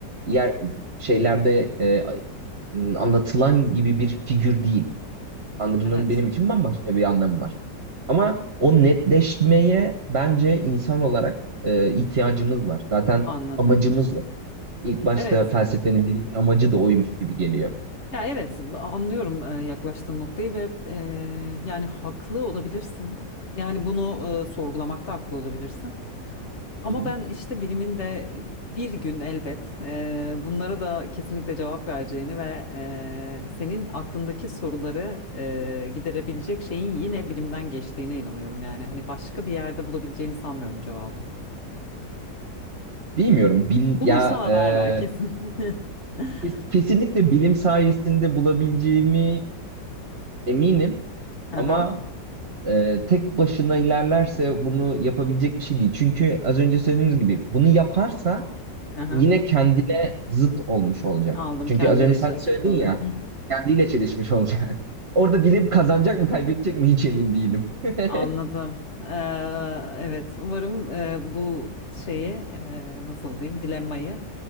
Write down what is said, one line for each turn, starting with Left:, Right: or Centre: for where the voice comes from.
Right: yer şeylerde e, anlatılan gibi bir figür değil. Tanrı'nın
Left: Evet,
Right: benim için bambaşka bir anlamı var. Ama o netleşmeye bence insan olarak e, ihtiyacımız var. Zaten
Left: anladım.
Right: amacımız o. İlk başta
Left: Evet.
Right: felsefenin, bilimin amacı da oymuş gibi geliyor.
Left: Ya evet, anlıyorum e, yaklaştığın noktayı ve e, yani haklı olabilirsin. Yani bunu e, sorgulamakta haklı olabilirsin. Ama
Right: Hı hı.
Left: ben işte bilimin de bir gün elbet e, bunlara da kesinlikle cevap vereceğini ve e, senin aklındaki soruları e, giderebilecek şeyin yine bilimden geçtiğine inanıyorum. Yani hani başka bir yerde bulabileceğini sanmıyorum cevabı.
Right: Bilmiyorum. Bil,
Left: Bulursan
Right: ya
Left: haber
Right: e,
Left: ver kesin. <laughs>
Right: kes- kesinlikle bilim sayesinde bulabileceğimi eminim.
Left: Aha,
Right: Ama e, tek başına ilerlerse bunu yapabilecek bir şey değil. Çünkü az önce söylediğimiz gibi bunu yaparsa
Left: aha.
Right: yine kendine zıt olmuş olacak.
Left: Aldım
Right: Çünkü
Left: kendiyle
Right: az önce sen
Left: çalışmış
Right: de söyledin
Left: oluyor.
Right: ya
Left: <laughs>
Right: Kendiyle çelişmiş olacak. <laughs> Orada bilim kazanacak mı kaybedecek mi hiç emin değilim. <laughs>
Left: Anladım. Ee, evet, umarım e, bu şeyi e, nasıl diyeyim dilemmayı